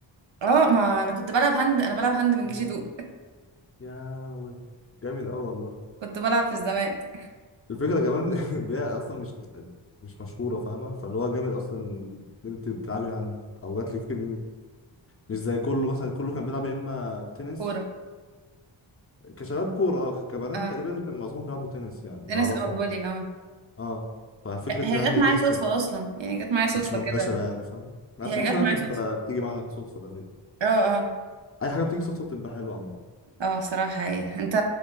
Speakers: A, on the right; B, on the left.
A: اه ما انا كنت بلعب هاند انا بلعب هاند من
B: مم.
A: جي 2
B: يا لهوي جامد اوي والله
A: كنت بلعب في الزمالك
B: الفكره كمان <laughs> ده اصلا مش مش مشهوره فاهمه فاللي هو جامد اصلا ان انت بتلعبي هاند او جات لي فكره مش زي كله مثلا كله كان بيلعب يا اما تنس
A: كوره
B: كشباب كوره اه كبنات
A: اه
B: تقريبا كان معظمهم بيلعبوا تنس يعني اللي
A: تنس
B: اعرفه
A: او
B: يعني
A: فولي اه
B: اه ففكره
A: هي
B: الهاند
A: جت
B: دي
A: معايا صدفه
B: كانت
A: اصلا يعني جت معايا صدفه
B: كانتش منتشره
A: كده
B: يعني فاهم ما
A: هي
B: كل
A: جت
B: حاجه
A: معايا
B: بتبقى
A: صدفه
B: بتيجي معانا صدفه تقريبا
A: اه اه
B: اي حاجه بتيجي صدفه بتبقى حلوه عامه
A: اه صراحه هي انت